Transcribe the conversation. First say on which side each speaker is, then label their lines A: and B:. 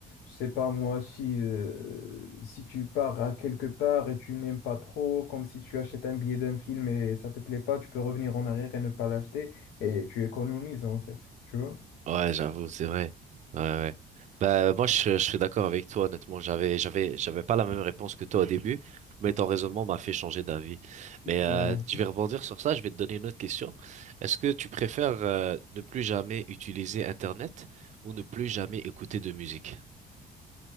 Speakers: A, on the left; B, on the right.
A: je sais pas moi, si, euh, si tu pars à quelque part et tu n'aimes pas trop, comme si tu achètes un billet d'un film et ça te plaît pas, tu peux revenir en arrière et ne pas l'acheter et tu économises en fait, tu vois?
B: Ouais, j'avoue, c'est vrai. Ouais, ouais. Bah, moi, je, je suis d'accord avec toi, honnêtement. J'avais, j'avais, j'avais pas la même réponse que toi au début, mais ton raisonnement m'a fait changer d'avis. Mais
A: Ouais.
B: euh, je vais rebondir sur ça, je vais te donner une autre question. Est-ce que tu préfères euh, ne plus jamais utiliser Internet ou ne plus jamais écouter de musique?